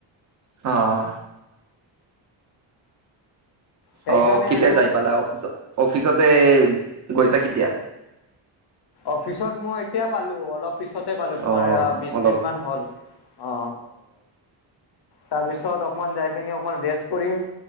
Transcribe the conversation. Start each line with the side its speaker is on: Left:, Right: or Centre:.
Right: অ অ,
Left: সেইকাৰণে
Right: অ কেতিয়া
Left: আৰু
Right: যাই পালা অফিচত অফিচতে গৈছা কেতিয়া।
Left: অফিচত মই এতিয়া পালো অলপ। পিছতে পালো তোমাৰ
Right: অ
Left: বিশ
Right: অলপ
Left: মিনিটমান হ'ল অ, তাৰ পিছত অকমান যাই পিনি অকমান ৰেষ্ট কৰিম।